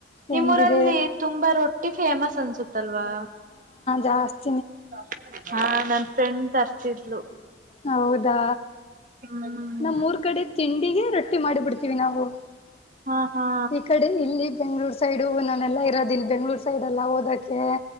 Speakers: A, on the left; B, on the right.
A: ಹೆಂಗಿದೆ
B: ನಿಮ್ಮೂರಲ್ಲಿ ತುಂಬಾ ರೊಟ್ಟಿ ಫೇಮಸ್ ಅನ್ಸುತ್ ತಲ್ವಾ
A: ಜಾಸ್ತಿ
B: <unintelligible> ಹಾ ನನ್ ಫ್ರೆಂಡ್ ತರ್ತಿದ್ಲು
A: ಹೌದಾ
B: ಹ್ಮ್
A: ನಮ್ಮೂರ್ ಕಡೆ ತಿಂಡಿಗೆ ರೊಟ್ಟಿ ಮಾಡಿಬಿಡ್ತೀವಿ ನಾವು
B: ಹಾ ಹಾ
A: ಈ ಕಡೆ ಇಲ್ಲಿ ಬೆಂಗ್ಳೂರ್ ಸೈಡು ನಾನೆಲ್ಲಾ ಇರೋದ ಇಲ್ ಬೆಂಗ್ಳೂರ್ ಸೈಡ್ ಎಲ್ಲ ಓದಕೆ